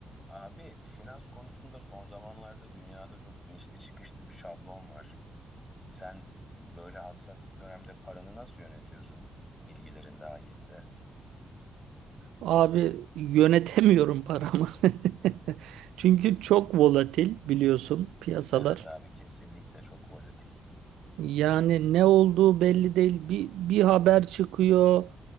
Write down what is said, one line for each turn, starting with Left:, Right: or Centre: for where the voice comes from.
Left: Abi finans konusunda son zamanlarda dünyada çok inişli çıkışlı bir şablon var. Sen böyle hassas bir dönemde paranı nasıl yönetiyorsun bilgilerin dahilinde?
Right: Abi yönetemiyorum paramı. <laughs> Çünkü çok volatil biliyorsun piyasalar.
Left: Evet abi kesinlikle çok volatil.
Right: Yani ne olduğu belli değil. Bir, bir haber çıkıyor,